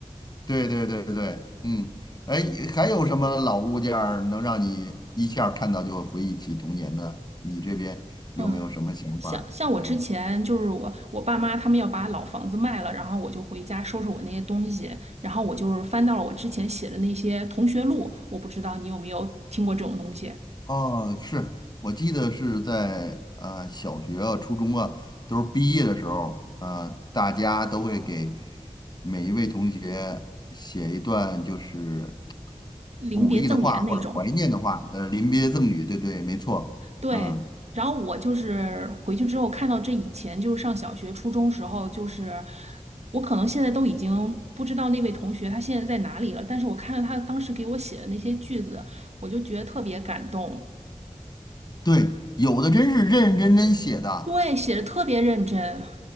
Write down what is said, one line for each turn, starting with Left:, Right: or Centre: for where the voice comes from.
Left: 对对对对，嗯，哎，还有什么老物件儿能让你一下儿看到就回忆起童年的？你这边有没有什么想法儿嗯，
Right: 嗯。像像我之前就是我我爸妈他们要把老房子卖了，然后我就回家收拾我那些东西，然后我就是翻到了我之前写的那些同学录，我不知道你有没有听过这种东西，
Left: 哦，是我记得是在呃小学啊、初中啊，都是毕业的时候，呃，大家都会给每一位同学写一段就是。
Right: 临别赠言那种。
Left: 鼓励的话或者怀念的话，呃，临别赠语，对对，没错，
Right: 对，
Left: 嗯，
Right: 然后我就是回去之后看到这以前就是上小学、初中时候，就是我可能现在都已经不知道那位同学他现在在哪里了，但是我看到他当时给我写的那些句子，我就觉得特别感动。
Left: 对，有的真是认认真真写的，
Right: 对，写的特别认真。